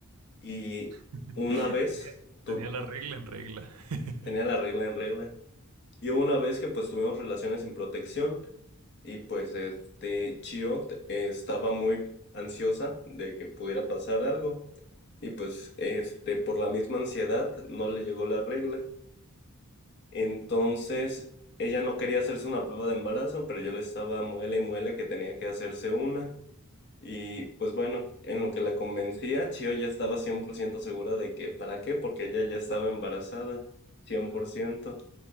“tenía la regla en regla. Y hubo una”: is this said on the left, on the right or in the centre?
Left